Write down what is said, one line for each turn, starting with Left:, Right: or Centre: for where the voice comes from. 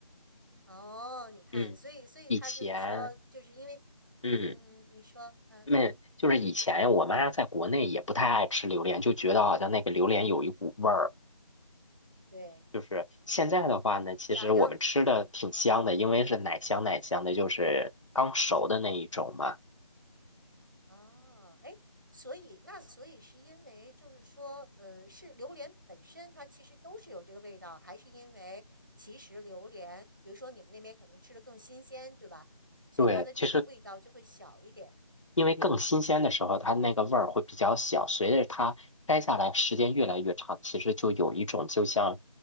Right: 哦，你看，
Left: 嗯，
Right: 所以所以他就说，
Left: 以前，
Right: 就是因为，
Left: 嗯，
Right: 嗯嗯嗯，你说，嗯，
Left: 那就是以前我妈在国内也不太爱吃榴莲，就觉得好像那个榴莲有一股味儿。
Right: 对，
Left: 就是现在的话呢，其实我们吃的挺香的，
Right: 然然后，
Left: 因为是奶香奶香的，就是刚熟的那一种嘛。
Right: 哦，哎，所以那所以是因为就是说，呃，是榴莲本身它其实都是有这个味道，还是因为其实榴莲，比如说你们那边可能吃的更新鲜，对吧？所以它的这个味道就会小一点。
Left: 对，其实因为更新鲜的时候，它那个味儿会比较小，随着它摘下来时间越来越长，其实就有一种就像，